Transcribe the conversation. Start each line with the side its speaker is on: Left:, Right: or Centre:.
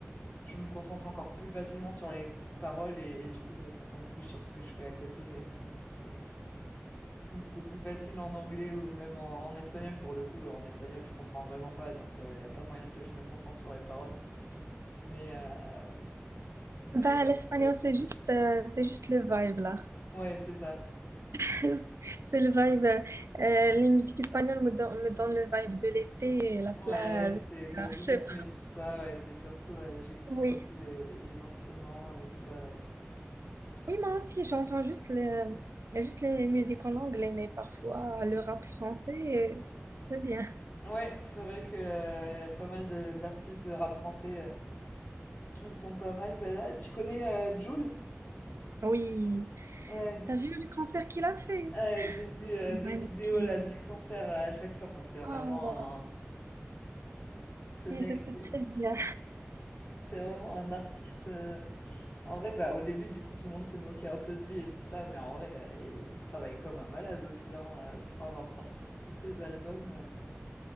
Left: je me concentre encore plus facilement sur les paroles, et, et du coup je me concentre plus sur ce que je fais à côté. <laughs> C'est donc c'est plus facile en anglais ou même en, en espagnol, pour le coup, en espagnol je comprends vraiment pas, donc il n'y a pas moyen que je me concentre sur les paroles. Mais, euh, mais
Right: Bah,
Left: ouais,
Right: l'espagnol, c'est juste, euh, c'est juste le vibe là.
Left: ouais, c'est ça.
Right: <laughs> C'est le vibe. euh, les musiques espagnoles me donnent, me donnent le vibe de l'été, la plage.
Left: Ouais, c'est le
Right: Ah,
Left: rythme
Right: <laughs> c'est-
Left: et tout ça. Ouais, c'est surtout, ouais, j'écoute
Right: Oui.
Left: surtout les, les instruments et tout ça. Ouais,
Right: Oui, moi aussi, j'entends juste, le, juste les musiques en anglais, mais parfois le rap français, euh, c'est bien.
Left: ouais, c'est vrai que euh, y a pas mal de d'artistes de rap français euh, qui sont pas mal. Ben là, tu connais euh, Jul?
Right: Oui.
Left: Ouais.
Right: T'as vu le concert qu'il a fait?
Left: Ouais, j'ai vu
Right: C'était
Left: euh, des
Right: magnifique.
Left: vidéos là du concert euh, à chaque fois. Enfin, c'est vraiment
Right: Oh,
Left: un... ce mec,
Right: oui, c'était
Left: c'est
Right: très bien.
Left: c'est vraiment un artiste. euh, En vrai, bah, au début, du coup, tout le monde se moquait un peu de lui et tout ça, mais en vrai, euh, il travaille comme un malade aussi, hein, euh, pour avoir sorti tous ses albums. euh,